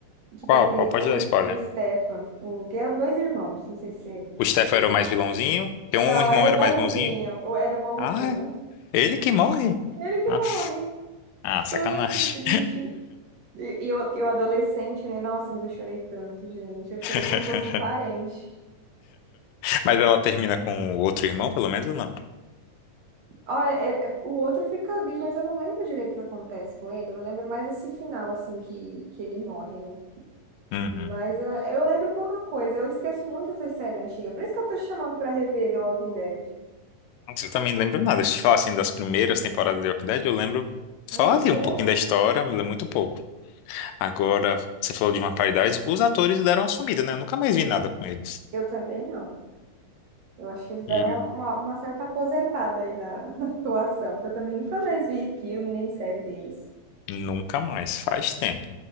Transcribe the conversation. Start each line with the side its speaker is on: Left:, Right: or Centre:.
Right: Tipo
Left: Qual?
Right: aquele,
Left: Qual? Pode dar spoiler.
Right: o, o Stefan, o, que eram dois irmãos, não sei se você
Left: O Stefan
Right: você
Left: era
Right: já
Left: o mais
Right: viu.
Left: vilãozinho, que um
Right: Não,
Left: irmão
Right: era
Left: era
Right: o bonzinho,
Left: mais bonzinho.
Right: ou era o bonzinho.
Left: Ah, é ele que morre.
Right: Ele que
Left: Ah,
Right: morre.
Left: ah, sacanagem.
Right: Foi muito triste. E e eu, eu adolescente, né? Nossa, mas eu chorei tanto, gente. Eu chorei
Left: <laughs>
Right: como se fosse um parente.
Left: Mas ela termina com o outro irmão, pelo menos, ou não?
Right: Ó, é- é- o outro fica vivo, mas eu não lembro direito o que acontece com ele. Eu lembro mais esse final, assim, que, que ele morre, né?
Left: Uhum.
Right: Mas eu, eu lembro pouca coisa. Eu esqueço muito essas séries antigas. Por isso que eu tô te chamando pra rever The Walking Dead.
Left: Nossa, Eu também não lembro nada. Se eu te falar assim das primeiras temporadas de Walking Dead, eu lembro só
Right: Muito
Left: ali
Right: pouco,
Left: um pouquinho da história,
Right: né?
Left: mas é muito pouco. Agora, você falou de uma paridade, os atores deram uma sumida, né? Eu nunca mais vi nada com eles.
Right: Eu também não. Eu acho que eles deram
Left: E
Right: uma, uma, uma certa aposentada aí na, <laughs> na atuação, que eu também nunca mais vi filme nem série deles.
Left: Nunca mais, faz tempo.